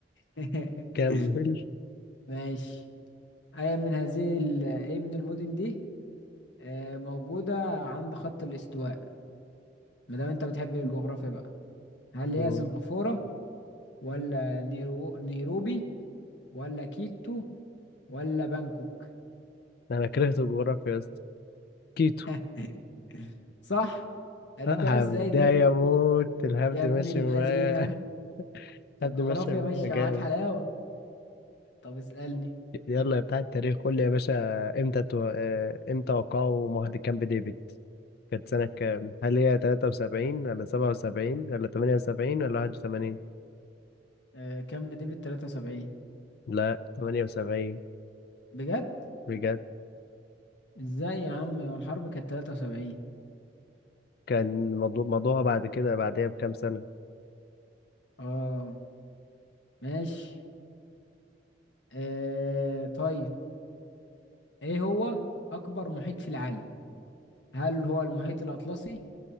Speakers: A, on the left; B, on the left.
A: <laughs>
B: <laughs> كمل
A: ماشي اي من هذه ال- ايه من المدن دي آه، موجودة عند خط الاستواء ما دام انت بتحب الجغرافيا بقى هل هي
B: قول.
A: سنغافورة ولا نيرو... نيروبي ولا كيتو ولا بانكوك
B: أنا كرهت الجغرافيا يا اسطى كيتو
A: <laughs> صح عرفتها
B: هبداية
A: ازاي دي
B: موت الهبد
A: يا ابن
B: ماشي
A: اللذينة
B: معايا <laughs>
A: ده
B: هبدي
A: الجغرافيا
B: ماشي معايا
A: ماشية
B: جامد
A: معاك حلاوة طب اسألني
B: يلا يا بتاع التاريخ قول لي يا باشا امتى تو... آه، امتى وقعوا معاهدة كامب ديفيد كانت سنة كام هل هي 73 ولا 77 ولا 78 ولا 81
A: آه، كان بديفيد 73
B: لا 78
A: بجد
B: بجد
A: ازاي يا عم الحرب كانت 73
B: كان موضوع موضوعها بعد كده بعدها بكام سنة
A: اه ماشي آه طيب ايه هو اكبر محيط في العالم هل هو المحيط الاطلسي